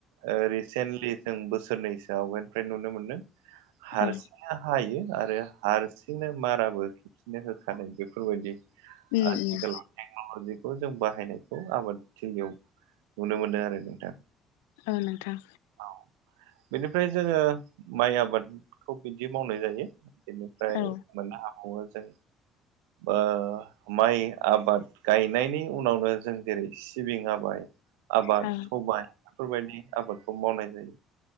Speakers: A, on the right; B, on the left.
A: ओ रिसेन्टलि जों बोसोरनैसो आवगायनिफ्राय नुनो मोनदों। हारसिङनो
B: औ
A: हायो आरो हारसिंनो माराबो खेबसेनो होखानाय बेफोरबायदि
B: उम
A: आथिखालाव
B: उम
A: टेक्न'लजिखौ जों बाहायनायखौ आबादथिलियाव नुनो मोनदों आरो नोंथां
B: औ नोंथां
A: औ बेनिफ्राय जोङो माइ आबादखौ बिदि मावनाय जायो बेनिफ्राय
B: औ
A: मोननो हाबावो जों ओ माइ आबाद गायनायनि उनावनो जों जेरै सिबिं आमाइ आबाद
B: औ
A: सबाइ बेफोरबायदि आबादखौ मावनाय जायो